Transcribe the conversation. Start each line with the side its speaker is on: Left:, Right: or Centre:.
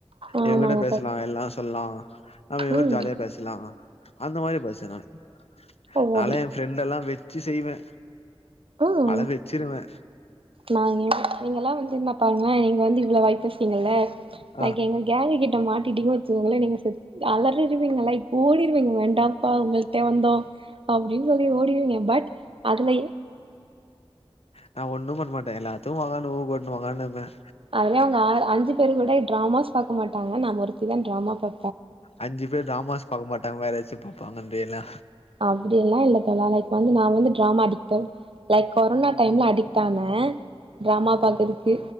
Right: ஆமாங்க
Left: இவன்கிட்ட பேசலாம்
Right: தோழா
Left: எல்லா‌ சொல்லலாம் நம்ம இவரும்
Right: ம்
Left: ஜாலியா பேசலாம் அந்த மாதிரி பேசுவே‌‌ நானு
Right: ஓ
Left: நால
Right: அப்டி
Left: ஃப்ரெண்டெல்லாம் வெச்சிசெய்வே
Right: ம்
Left: அழ வச்சிருவேன்
Right: நாங்க நீங்கல்லாம் வந்து என்ன பாருங்களா நீங்க வந்து இவ்ளோ வாய் பேசறீங்கல்ல
Left: ஆ
Right: லைக் எங்க கேங்கு கிட்ட மாட்ட்டீங்க வச்சுக்கோங்களே நீங்க அலறிடுவீங்க லைக் ஓடிருவீங்க வேண்டாம்ப உங்கள்டே வந்தோம் அப்படின்னு சொல்லி ஓடிவீங்க பட் அதுல
Left: நான் ஒண்ணும் பண்ணமாட்டேன் எல்லாத்தும் ஒக்கானு ம் கோட்னு ஒக்கானப்பேன்
Right: அதுவே அவங்க ஆ அஞ்சு பேர் கூட டிராமஸ் பாக்க மாட்டாங்க ந ஒருத்தி தான் டிராமா பா
Left: அஞ்சு பேர் ட்ராமாஸ் பாக்க மாட்டாங்க வேற எதாச்சும் பாப்பாங்கன்றீயலா
Right: அப்படில்லாம் இல்ல தோழா லைக் வந்து நா வந்து டிராமா அடிக்ட் லைக் கொரோனா டைம்ல அடிக்டானே டிராமா பாக்கறதுக்கு